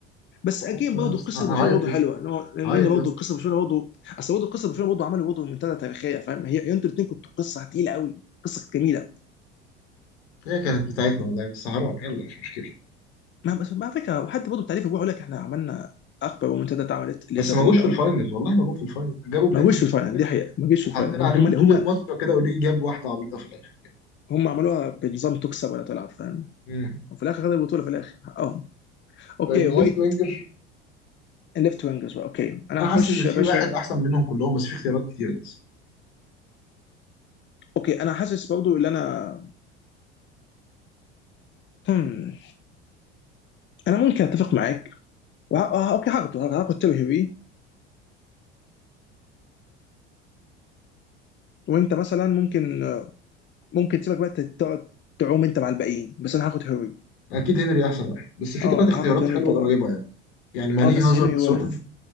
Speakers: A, on the left; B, on the left.
A: بس
B: خلاص
A: اجين
B: بقى
A: برضه
B: يا اسطى،
A: قصه برشلونه
B: هعيط
A: برضه
B: يا
A: حلوه
B: اسطى
A: ان هو لان
B: هعيط
A: برضه
B: يا اسطى
A: قصه برشلونه برضه اصل برضه قصه برشلونه برضه عملوا برضه منتدى تاريخيه فاهم هي انتوا الاثنين كنتوا قصه تقيله قوي قصه كانت جميله
B: هي كانت بتاعتنا والله بس حرام يلا مش مشكله
A: ما بس- ما على فكره وحتى برضه التعريف بيقول لك احنا عملنا اكبر منتدى اتعملت اللي
B: بس
A: هي بتاعت
B: ما جوش
A: ال-
B: في الفاينل والله ما جم في الفاينل جابوا بلنتي
A: ما جوش
B: في
A: في الفاينل
B: الاول
A: دي حقيقه ما جوش
B: وحطينا
A: في الفاينل هم
B: عليهم
A: هم اللي
B: طول
A: هم
B: الماتش كده اوريجي جاب واحده عبيطه في الاخر كده
A: هم عملوها بنظام تكسب ولا تلعب فاهم
B: مم.
A: وفي الاخر خدوا البطوله في الاخر اه اوكي
B: طيب الليفت
A: وايت
B: وينجر
A: الليفت وينجرز بقى اوكي انا
B: انا حاسس
A: هخش
B: ان في
A: يا باشا
B: واحد احسن منهم كلهم بس في اختيارات كتير بس.
A: اوكي انا حاسس برضو ان انا هم. انا ممكن اتفق معاك وه... آه، اوكي هاخده هاخد تيري هيري وانت مثلا ممكن ممكن تسيبك بقى تقعد تعوم انت مع الباقيين بس انا هاخد هيري
B: اكيد هنري احسن واحد بس في
A: اه
B: ثلاث اختيارات
A: هاخد هنري
B: حلوه
A: طبعا
B: قريبه يعني يعني ماني
A: اه بس
B: هازارد
A: هنري هو
B: سون
A: الف...